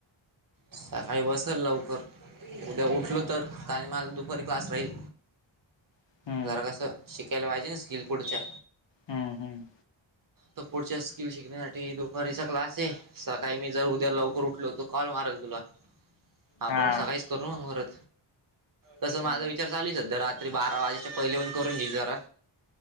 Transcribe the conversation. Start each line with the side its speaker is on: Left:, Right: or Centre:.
Right: सकाळी बसल लवकर. उद्या उठलो तर <unintelligible> दुपारी क्लास राहील.
Left: हम्म
Right: जरा कसं, शिकायला पाहिजे ना, स्किल पूढच्या
Left: हम्म! हम्म.
Right: तो पुढच्या स्किल शिकण्यासाठी, दुपारीचा क्लास ये सकाळी मी जर उद्या लवकर उठलो, तर कॉल मारल तुला, आपण
Left: हा
Right: सकाळीच करू म म्होरत, तस
Left: हम्म
Right: माझ विचार तरी, बारा वाजेच्या पहिले पण करून घईल जरा